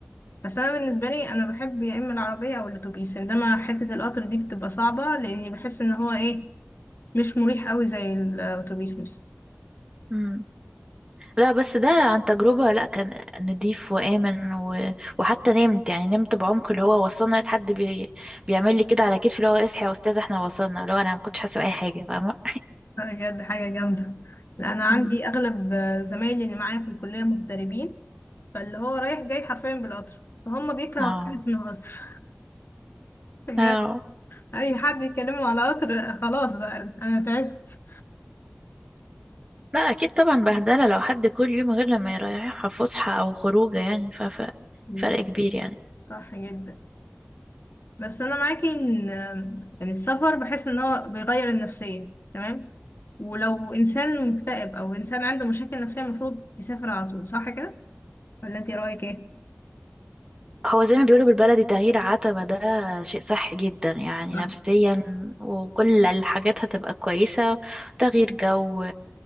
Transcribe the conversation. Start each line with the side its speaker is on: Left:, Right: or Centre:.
Left: بس أنا بالنسبة لي أنا بحب يا إما العربية أو الأتوبيس إنما حتة القطر دي بتبقى صعبة لأني بحس إن هو إيه مش مريح أوي زي الأتوبيس مثلا
Right: مم. لا بس ده عن تجربة لا كان نضيف وآمن و... وحتى نمت يعني نمت بعمق اللي هو وصلنا لقيت حد بي... بيعمل لي كده على كتفي اللي هو اصحى يا أستاذ احنا وصلنا اللي هو أنا ما كنتش حاسة بأي حاجة فاهمة
Left: بجد حاجة جامدة لأ أنا عندي
Right: مم.
Left: أغلب زمايلي اللي معايا في الكلية مغتربين فاللي هو رايح جاي حرفيا بالقطر فهم بيكرهوا
Right: <laughs> اه
Left: حاجة اسمها قطر <laughs> بجد
Right: اه
Left: أي حد يكلمه على قطر خلاص بقى أنا تعبت
Right: لا أكيد طبعا بهدلة لو حد كل يوم غير لما يريحها فسحة أو خروجة يعني ف... ف...
Left: مم.
Right: فرق كبير يعني
Left: صح جدا بس انا معاكي ان يعني السفر بحس ان هو بيغير النفسية تمام ولو انسان مكتئب او انسان عنده مشاكل نفسية المفروض يسافر على طول صح كده ولا انت رايك ايه
Right: هو زي ما بيقولوا بالبلدي تغيير عتبة ده شيء صح جدا يعني
Left: صح
Right: نفسيا وكل الحاجات هتبقى كويسة تغيير جو